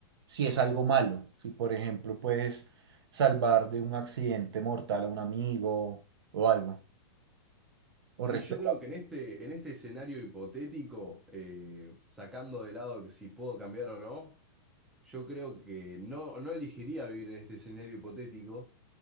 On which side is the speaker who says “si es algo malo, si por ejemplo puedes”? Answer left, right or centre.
Right